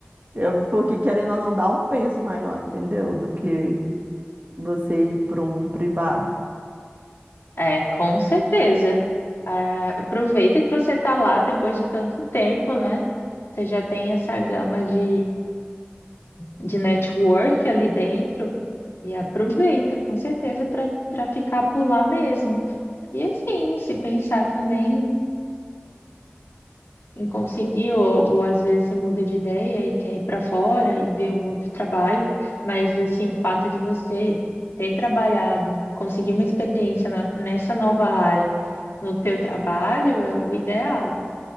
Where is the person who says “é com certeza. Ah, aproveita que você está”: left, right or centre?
Left